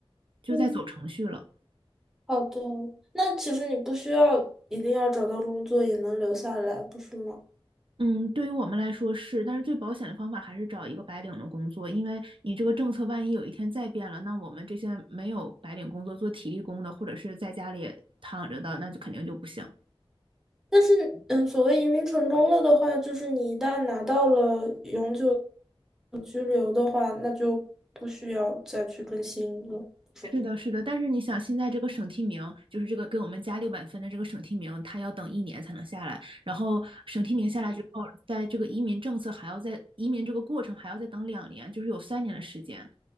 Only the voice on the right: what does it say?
就在走程序了。
嗯，对于我们来说是，但是最保险的方法还是找一个白领的工作，因为你这个政策万一有一天再变了，那我们这些没有白领工作、做体力工的，或者是在家里躺着的，那就肯定就不行。
是的，是的，但是你想，现在这个省提名，就是这个给我们加六百分的这个省提名，他要等一年才能下来。然后省提名下来之后，在这个移民政策还要在移民这个过程还要再等两年，就是有三年的时间。